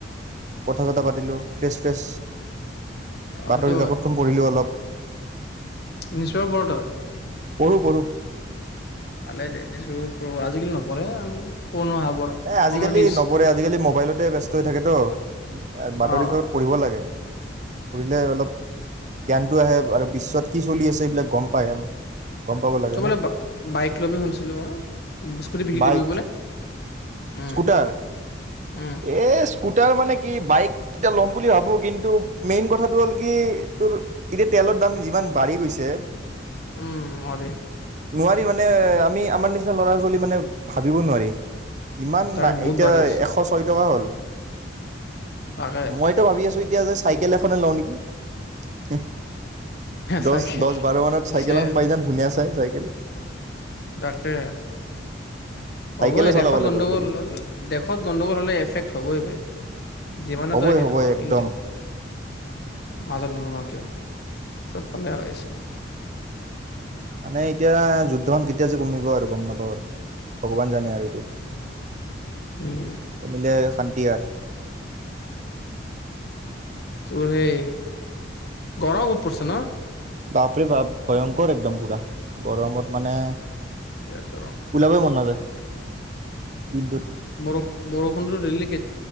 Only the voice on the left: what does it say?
অ
সেইটো হয়
নিশ্চয় বৰ তই
পালে দে আজিকালি নপঢ়ে ফোন অহাৰ পৰা
ফোনৰ
নিউজ
অ
তোমালে
বাইক লবি শুনিছিলো মই। স্কুটি বিক্ৰী
কৰিবি বোলে। উম
উম
উম হবে।
তাকে
বহুত
বাঢ়িছ
তাকে
চাইকেল
পিছে
তাকে।
হ'বই
দেশত
গণ্ডগোল
হ'ল দেশত গণ্ডগোল হ'লে এফেক্ট হ'বই বে'। যিমানেতো
সে
নহয়
ইণ্টো। মাজত নোসোমাও। চব ফালে হৈ আছে।
উম
তোৰ সেই গৰম উপ পৰিছে ন।
বিৰাট গৰম
বৰফ বৰষুণটো দিলেক।